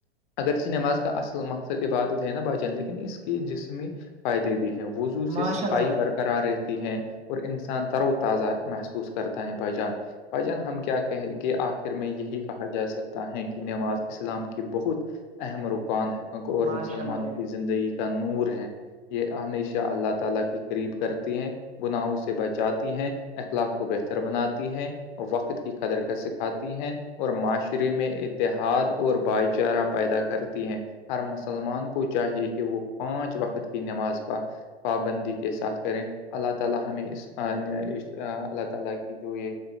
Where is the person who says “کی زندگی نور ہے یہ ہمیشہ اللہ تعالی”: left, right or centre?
Left